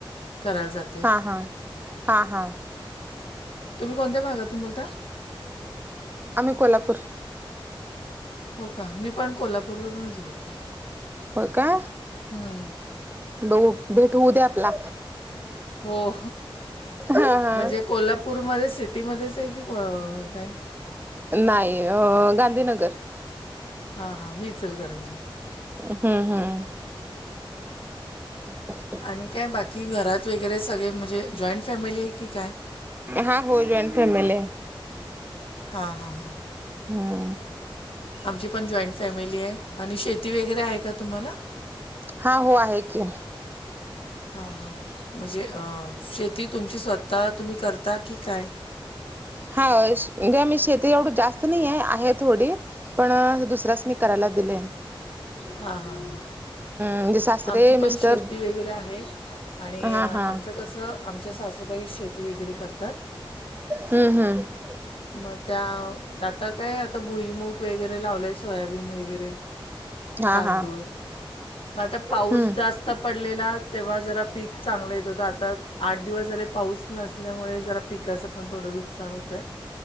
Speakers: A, on the left (about 80°); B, on the right (about 20°).
A: करायला जातं.
B: हां हां हां हां.
A: तुम्ही कोणत्या भागातून बोलता?
B: आमही कोल्हापूर
A: हो का मी पण कोल्हापूरवरूनच बोलतेो.
B: हो का?
A: हम.
B: ब भेटऊ दे आपला
A: हो
B: हा हा
A: म्हणजे कोल्हापूरमध्ये सिटीमध्येच आहे की काही
B: नाही गांधीनगर
A: हां हां मी इचल करणजी
B: हम्म हम्. अच्छा.
A: आणि काय बाकी घरात वगैरे सगळे म्हणजे जॉईंट फॅमिली आहे की काय?
B: हा हो जॉईंट फॅमिली आहे.
A: हा हा हा.
B: हा.
A: आमची पण जॉईंट फॅमिली आहे आणि शेती ती वगैरे आहे का तुम्हाला?
B: हा हो आहे की
A: हा हा म्हणजे शेती तुमची स्त आता तुम्ही करता की काय?
B: हां म्हणजे मी शेती एवढी जास्त नाही आहे आहे थोडी. पण दुसऱ्याचनी करायला दिलेय.
A: हा हा हा
B: म्हणजे सासरे
A: आमची
B: मिस्टर
A: पण शेती वगैरे आहे. आणि
B: हा
A: आमच
B: हा
A: तसं आमच्या सासूबाई शेती वगैरे करतात.
B: हम्म हम्म
A: मग त्या आता काय आता भुईमग वगैरे लावलंय सोयाबीन वगैरे
B: हा
A: तांदूळ
B: हा
A: मग आता पाऊस
B: हम्म
A: जास्त आता पडलेला तेव्हा जरा पीक चांगलं येत हो तर आता आठ दिवस झाले पाऊस नसल्यामुळे जरा पिकाचं पण थोडं नुकसान होतं आहे.